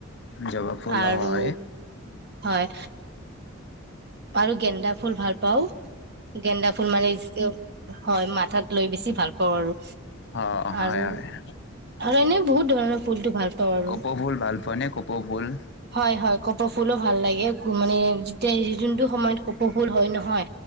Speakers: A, on the left; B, on the right.
A: জবা ফুল
B: আৰু
A: অ হয়
B: হয় আৰু গেন্দা ফুল ভাল পাও গেন্দা ফুল মানে হয় মাথাত লৈ বেছি ভাল পাওঁ আৰু
A: অ' হয়
B: আৰু
A: হয়।
B: আৰু এনে বহুত ধৰণৰ ফুলটো ভাল পাওঁ আৰু
A: কপৌ ফুল ভাল পোৱা নে কপৌ ফুল?
B: হয় হয় কপৌ ফুলো ভাল লাগে মানে যেতিয়া যোনটো সময়ত কপৌ ফুল হয় নহ হয়